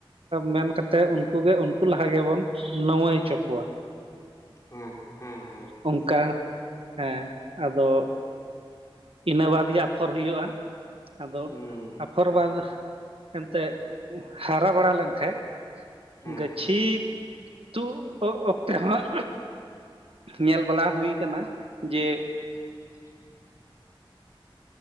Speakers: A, on the right (about 80°); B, on the left (about 35°).
A: ᱢᱮᱱ ᱠᱟᱛᱮᱜ ᱩᱱᱠᱩ ᱜᱮ ᱩᱱᱠᱩ ᱞᱟᱦᱟ ᱜᱮᱵᱚᱱ ᱱᱟᱣᱟᱹᱭ ᱚᱪᱚ ᱠᱚᱣᱟ᱾
B: ᱦᱮᱸ ᱦᱮᱸ ᱦᱮᱸ
A: ᱚᱱᱠᱟ ᱮᱸ ᱟᱫᱚ ᱤᱱᱟᱹ ᱵᱟᱫᱽ ᱜᱮ ᱟᱯᱷᱚᱨ ᱦᱩᱭᱩᱜ-ᱟ᱾ ᱟᱫᱚ
B: ᱦᱩᱸ
A: ᱟᱯᱷᱚᱨ ᱵᱟᱫᱽ ᱮᱱᱛᱮᱫ ᱦᱟᱨᱟ ᱵᱟᱲᱟ ᱞᱮᱱᱠᱷᱟᱡ
B: ᱦᱮᱸ
A: ᱜᱟᱹᱪᱷᱤ ᱛᱩᱜ ᱚᱠᱛᱮ ᱦᱚᱸ ᱧᱮᱞ ᱵᱟᱞᱟ ᱦᱩᱭ ᱠᱟᱱᱟ ᱡᱮ
B: <unintelligible>